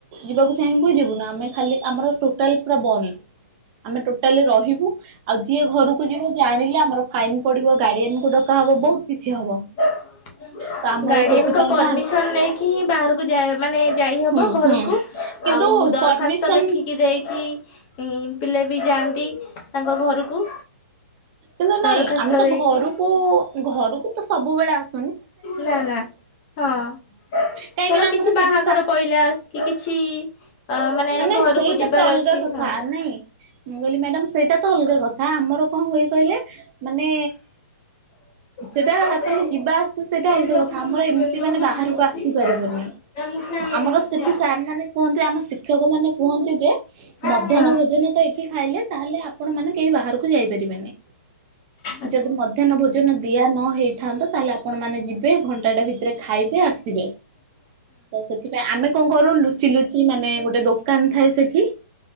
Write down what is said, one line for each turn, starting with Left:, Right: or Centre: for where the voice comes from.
Right: ଯିବାକୁ ଚାହିଁ ବୁ ଯିବୁନି ଆମେ ଖାଲି ଆମର ଟୋଟାଲ ପୁରା ବନ୍ଦ। ଆମେ ଟୋଟାଲି ରହିବୁ। ଆଉ ଯିଏ ଘରକୁ ଯିବ ଜାଣିଲେ ଆମର ଫାଇନ୍ ପଡିବ ଗାର୍ଡିଆନକୁ ଡକା ହବ ବହୁତ କିଛି ହବ।
Left: <unintelligible>
Right: ତ ଆମର
Left: ଗାର୍ଡିଆନଙ୍କ
Right: ସେଥିପାଇଁକା
Left: ପରମିସନ ନେଇକି ହିଁ ବାହାରକୁ ଯା ମାନେ ଯାଇହବ
Right: ହୁଁ
Left: ଘରକୁ।
Right: ହୁଁ କିନ୍ତୁ
Left: ଆଉ ଦରଖାସ୍ତ
Right: ପରମିସନ
Left: ଲେଖିକି ଦେଇକି ପିଲା ବି ଯାଆନ୍ତି ତାଙ୍କ ଘରକୁ।
Right: କିନ୍ତୁ
Left: ଦରଖାସ୍ତ
Right: ନାଇଁ ଆମେ ତ
Left: ଦେଇକି
Right: ଘରକୁ ଘରକୁ ତ ସବୁବେଳେ ଆସ
Left: ନା ନା ହଁ
Right: କାହିଁକି
Left: ଧର
Right: ନା
Left: କିଛି
Right: ଆମର ସେଠି
Left: ବାହାଘର
Right: ସା
Left: ପଇଲା। କି କିଛି ଅ ମାନେ
Right: ନାଇଁ
Left: ଘରକୁ
Right: ସେଇଟା
Left: ଯିବାର
Right: ତ ଅଲଗା
Left: ଅଛି
Right: କଥା
Left: ହଁ
Right: ନାଇଁ ମୁଁ କହିଲି ମ୍ୟାଡାମ୍ ସେଇଟା ତ ଅଲଗା କ ଥା ଆମର କଣ ହୁଏ କହିଲେ ମାନେ ସେଟା
Left: ଏଇଠି
Right: ତମେ ଯିବାଆସି ସେଇଟା ଅଲଗା
Left: ବସିକି
Right: କଥା ଆମର
Left: ଲୁଟିବେଲୁ
Right: ଏମିତି ମାନେ
Left: ମାମାଇ
Right: ବାହାରକୁ
Left: ଅଛି
Right: ଆସିପାରିବନି
Left: ତା ମୁଁ ଫ୍ୟାନ ଲଗେଇ
Right: ଆମର
Left: ଦେଇଛି
Right: ସେଠି
Left: ଯା।
Right: ସାର୍ ମାନେ କୁହନ୍ତି ଆମ ଶିକ୍ଷକ ମାନେ କୁହନ୍ତି ଯେ
Left: ହଁ
Right: ମଧ୍ୟାହ୍ନ ଭୋଜନ ତ ଏଠି ଖାଇଲେ ତାହେଲେ ଆପଣ ମାନେ କେହି ବାହାରକୁ ଯାଇପାରିବେନି।
Left: ଆଚ୍ଛା।
Right: ଯଦି ମଧ୍ୟାହ୍ନ ଭୋଜନ ଦିଆ ନ ହେଇଥାନ୍ତା ତାହେଲେ ଆ ଆପଣ ମାନ ଯିବେ ଘଣ୍ଟାଟା ଭିତରେ ଖାଇବେ ଆସିବେ। ସେଥିପାଇଁ ଆମେ କଣ କରୁ ଲୁଚି ଲୁଚି ମାନେ ଗୋଟେ ଦୋକାନ ଥାଏ ସେଠି।